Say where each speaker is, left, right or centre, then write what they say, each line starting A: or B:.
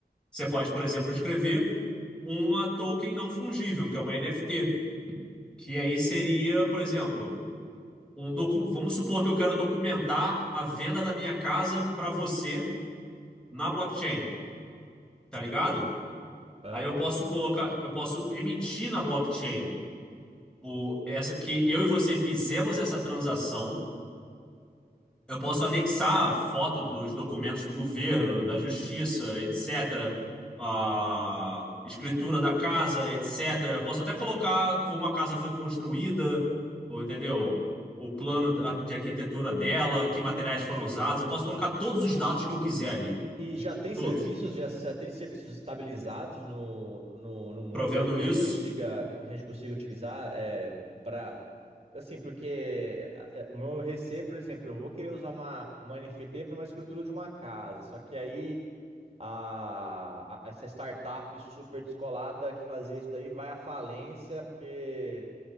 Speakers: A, in the centre; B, on the right.
A: Você pode, por exemplo, escrever uma token não fungível, que é uma NFT, que aí seria, por exemplo, um docu... vamos supor que eu quero documentar a venda da minha casa para você na blockchain, tá ligado?
B: Uhum.
A: Aí eu posso colocar, eu posso emitir na blockchain o, essa que eu e você fizemos essa transação. Eu posso anexar a foto dos documentos do governo, da justiça, etc. A escritura da casa, etc. Eu posso até colocar como a casa foi construída, ou entendeu? O plano da- de arquitetura dela, que materiais foram usados. Eu posso colocar todos os dados que eu quiser ali.
B: E já tem
A: Todos.
B: serviços, já, já tem serviços estabilizados no, no, no mundo
A: Provendo
B: aí que
A: isso,
B: a gente consiga, que a gente consiga utilizar é, para assim, porque é, o meu receio, por exemplo, eu vou querer usar uma, uma NFT para uma escritura de uma casa, só que aí a, a- essa startup super descolada que fazia isso daí vai à falência porque